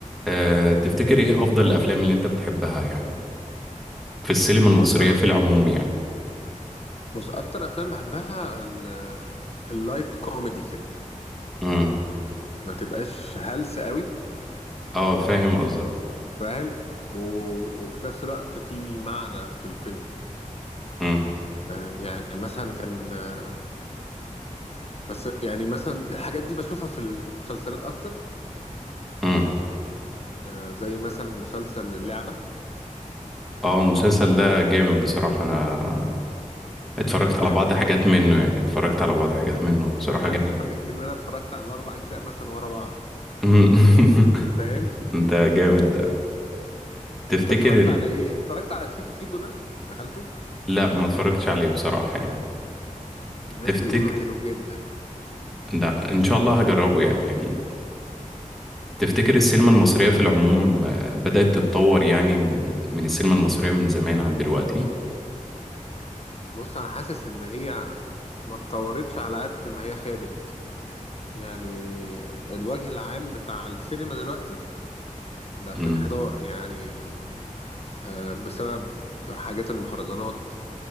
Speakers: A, in the centre; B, on the left.
A: أه تفتكري ايه افضل الافلام اللي انت بتحبها يعني في السينما المصرية
B: بص انا
A: في العموم يعني
B: بص اكتر افلام بحبها ال- اللايت كوميدي كده
A: امم
B: ما تبقاش هلس قوي
A: اه فاهم قصدك
B: فاهم و... وفي نفس الوقت في معنى في الفيلم
A: امم
B: آه يعني مثلا كان آه بس يعني مثلا الحاجات دي بشوفها في المسلسلات اكتر
A: امم
B: آه زي مثلا مسلسل اللعبة
A: اه المسلسل ده جامد بصراحة انا اتفرجت
B: انا بحبه
A: على بعض
B: جدا
A: حاجات منه يعني اتفرجت على بعض حاجات منه بصراحة
B: عايز
A: جميل
B: افاجئك
A: جدا
B: ان انا اتفرجت على الاربع اجزاء مثلا ورا بعض
A: <laughs>
B: تاني فاهم
A: انت جامد ده تفتكر
B: انت اتفرجت
A: ال...
B: على ايه اتفرجت على سيكو سيكو ده دخلته
A: لا ما اتفرجتش عليه بصراحة يعني
B: الناس
A: تفتكر
B: بيقولوا حلو جدا
A: لا ان شاء الله هجربه يعني اكيد تفتكر السينما المصرية في العموم آه، بدأت تتطور يعني من من السينما المصرية من زمان عن دلوقتي
B: بص انا حاسس ان هي ما اتطورتش على قد ما هي خابت يعني الوجه العام بتاع السينما دلوقتي بقى
A: امم
B: في انحدار يعني آه، بسبب حاجات المهرجانات